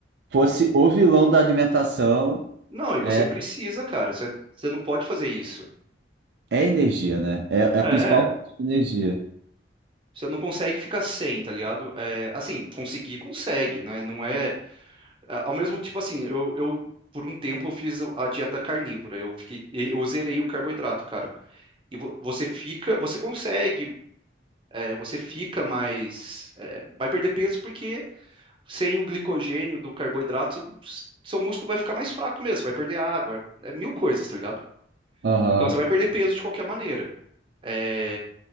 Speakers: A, on the right; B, on the right.
A: fosse o vilão da alimentação,
B: Não, e
A: é,
B: você precisa, cara. Você, você não pode fazer isso.
A: é energia, né? É, é
B: É,
A: a principal fonte de energia.
B: você não consegue ficar sem, tá ligado? É, assim, conseguir, consegue, né? Não é. a- Ao mesmo tipo assim, eu, eu por um tempo eu fiz a dieta carnívora. Eu fiquei, eu zerei o carboidrato, cara. E vo- você fica, você consegue, é, você fica mais. é, vai perder peso porque sem o glicogênio do carboidrato, s- seu músculo vai ficar mais fraco mesmo, vai perder água, é mil coisas, tá ligado?
A: Aham.
B: Então você vai perder peso de qualquer maneira. É,